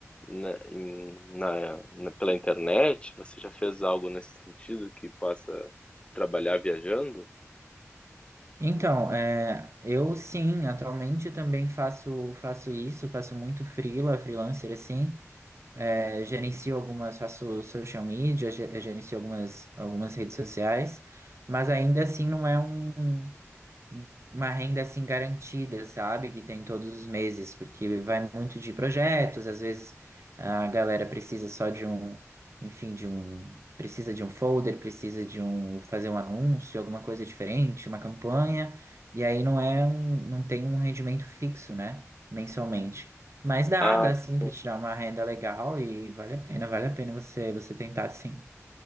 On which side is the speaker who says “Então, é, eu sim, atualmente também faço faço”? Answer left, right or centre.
Right